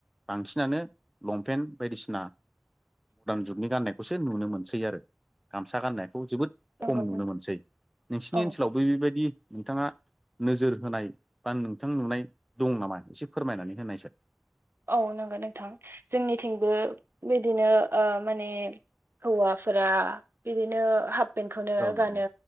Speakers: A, in the centre; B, on the right.
A: बांसिनानो लंपेन्ट बायदिसिना
B: <inaudible>
A: जुपनि गान्नायखौसो नुनो मोनसै आरो गामसा गाननायखौ जोबोद
B: नंगौ
A: खम नुनो मोनसै नोंसिनि
B: औ
A: ओनसोलावबो बेबायदि नोंथाङा नोजोर होनाय बा नोंथां नुनाय दं नामा एसे फोरमायनानै होनाय साय
B: औ नंगौ नोंथां जोंनिथिंबो बिदिनो ओ माने हौवाफोरा बिदिनो हाप पेनखौनो
A: औ नंगौ
B: गानो